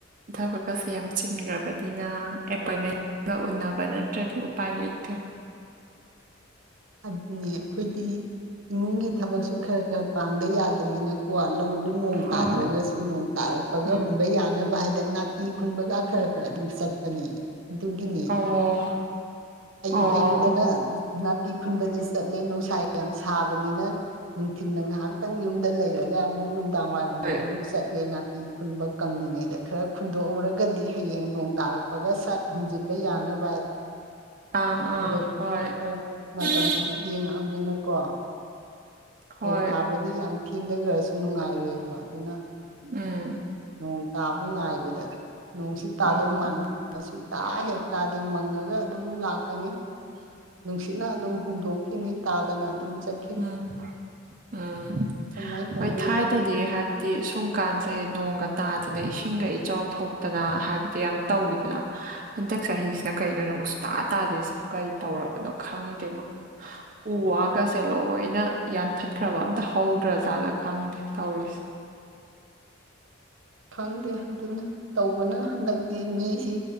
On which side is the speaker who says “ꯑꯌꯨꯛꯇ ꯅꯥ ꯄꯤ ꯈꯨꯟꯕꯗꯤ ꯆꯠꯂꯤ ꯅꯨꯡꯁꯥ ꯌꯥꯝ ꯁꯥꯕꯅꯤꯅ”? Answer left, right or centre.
Right